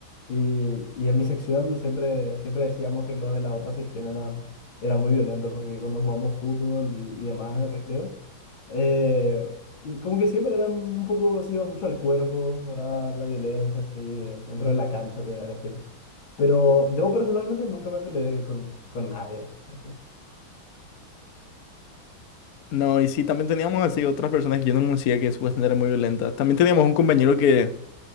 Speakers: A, on the left; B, on the left.
A: Y, y en mi sección siempre, siempre decíamos que los de la otra sección eran, eran muy violentos porque cuando jugamos fútbol y, y demás en el recreo, eh, y como que siempre eran un poco, se iba mucho al cuerpo, ¿verdad? La violencia, así, eh, dentro de la cancha, te voy a decir. Pero yo personalmente nunca me peleé con, con nadie. así.
B: No, y sí, también teníamos así otras personas que yo no conocía que supuestamente eran muy violentas. También teníamos un compañero que,